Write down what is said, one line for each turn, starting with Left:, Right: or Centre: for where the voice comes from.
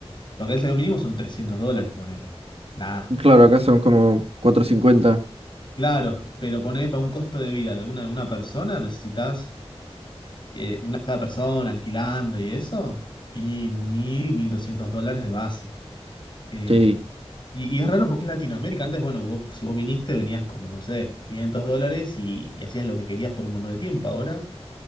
Left: Porque el salario mínimo son 300 dólares, ponele. Nada.
Right: Claro, acá son como cuatro cincuenta
Left: Claro, pero poné para un costo de vida de una, una persona, necesitas eh, de una sola persona alquilando y eso, y mil, mil doscientos dólares de base. Eh,
Right: Sí.
Left: y, y es raro porque es Latinoamérica. Antes, bueno, vos- si vos viniste, venías con, no sé, 500 dólares y, y hacías lo que querías por un montón de tiempo. Ahora